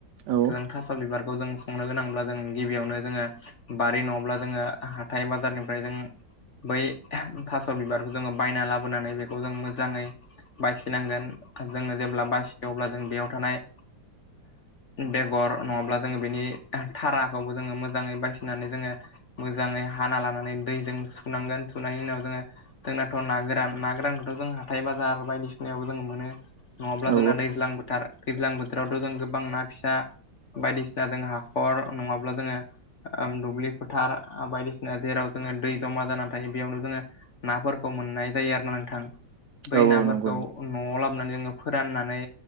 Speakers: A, on the right (about 70°); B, on the left (about 50°).
A: औ
B: जों थास' बिबारखौ जों संनो गोनांब्ला जों गिबियावनो जोङो बारि नङाब्ला जोङो हाथाय हाथाइ बाजारनिफ्राय जों बै था थास' बिबारखौ जोङो बायना लाबोनानै बेखौ जों मोजाङै बसिनांगोन जोङो जेब्ला बासियो अब्ला जों बेयाव थानाय बेगर नङाब्ला जोङो बेनि थाराखौबो जोङो मोजाङै बासिनानै जोङो मोजाङै हाना लानानै दैजों सुनांगोन सुनायनि उनाव जोङो जोंनाथ' ना गोरान ना गोरान <unintelligible> जों हाथाय बाजार बायदिसिनायावबो जोङो मोनो नङाब्ला
A: औ
B: जोंना दैज्लां बोथोर दैज्लां बोथोरावथ' जों गोबां ना फिसा बायदिसिना जों हाखर नङाब्ला जोङो ओ दुब्लि फोथार बायदिसिना जेराव जोङो दै जमा जानानै थायो बेयावनो जोङो नाफोरखौ मोननाय जायो आरो ना नोंथां। बै
A: औ
B: नाफोरखौ
A: नंगौ नंगौ
B: न'आव लाब नानै जोङो फोराननानै